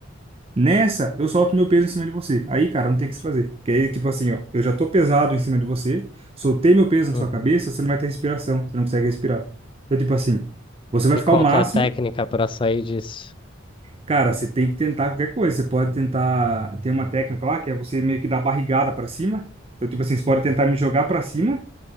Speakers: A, on the right (about 30°); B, on the left (about 25°).
A: Nessa, eu solto meu peso em cima de você. Aí, cara, não tem o que se fazer. Porque aí, tipo assim, ó, eu já tô pesado em cima de você, soltei meu peso na
B: Uhum.
A: sua cabeça, você não vai ter respiração, você não consegue respirar. Então, tipo assim, você vai
B: E
A: ficar
B: qual
A: o máximo.
B: que é a técnica para sair disso?
A: Cara, você tem que tentar qualquer coisa. Você pode tentar. Tem uma técnica lá que é você meio que dar barrigada para cima. Então, tipo assim, você pode tentar me jogar para cima.